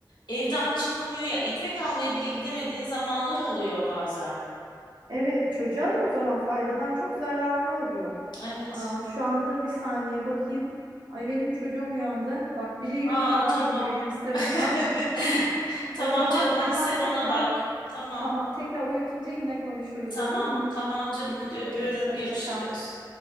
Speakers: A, on the left; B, on the right.
A: evden çıkamıyor ya ekmek almaya bile gidemediği zamanlar oluyor bazen.
B: Evet, çocuğa da o zaman faydadan çok zararı oluyor.
A: Evet.
B: Aa, şu anda bir saniye bakayım. Ay benim çocuğum uyandı. Bak bir yük
A: Aa
B: daha
A: tamam.
B: bindi benim sırtıma.
A: <laughs>
B: <laughs>
A: Tamam
B: O zaman
A: canım
B: onu
A: hadi
B: ben
A: sen
B: tekrar
A: ona bak. Tamam.
B: tamam tekrar uyutunca yine konuşuruz
A: Tamam.
B: olur mu?
A: Tamam canım
B: Görüşürüz.
A: hadi öpüyorum
B: Hoşça
A: görüşürüz.
B: kal.